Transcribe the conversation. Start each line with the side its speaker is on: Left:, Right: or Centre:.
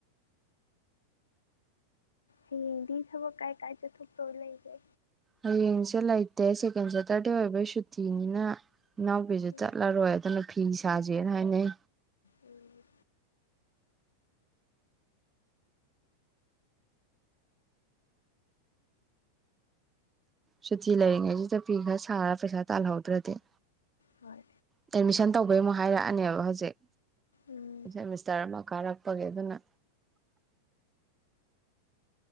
Left: ꯍꯌꯦꯡꯗꯤ ꯊꯕꯛ ꯀꯥꯏ ꯀꯥꯏ ꯆꯠꯊꯣꯛꯇꯧ ꯂꯩꯒꯦ꯫
Right: ꯍꯌꯦꯡꯁꯦ ꯂꯩꯇꯦ ꯁꯦꯀꯦꯟ ꯁꯇ꯭ꯔꯗꯦ ꯑꯣꯏꯕꯩ ꯁꯨꯇꯤꯅꯤ ꯅ ꯏꯅꯥꯎꯄꯤꯁꯨ
Left: ꯎꯝ
Right: ꯆꯠꯂꯔꯣꯏ ꯑꯗꯨꯅ ꯐꯤ ꯁꯥꯁꯦꯅ ꯍꯥꯏꯅꯩ꯫
Left: ꯎꯝ꯫
Right: ꯁꯨꯇꯤ ꯂꯩꯔꯤꯉꯩꯁꯤꯗ ꯐꯤ ꯈꯔ ꯁꯥꯔꯥ ꯄꯩꯁꯥ ꯇꯥꯜꯍꯧꯗ꯭ꯔꯗꯤ꯫
Left: ꯍꯣꯏ
Right: ꯑꯦꯗꯃꯤꯁꯟ ꯇꯧꯕꯩ ꯑꯃꯨꯛ ꯍꯥꯏꯔꯛ ꯑꯅꯦꯕ ꯍꯧꯖꯤꯛ
Left: ꯎꯝ
Right: ꯁꯦꯃꯤꯁꯇꯔ ꯑꯃ ꯀꯥꯔꯛꯄꯒꯤ ꯑꯗꯨꯅ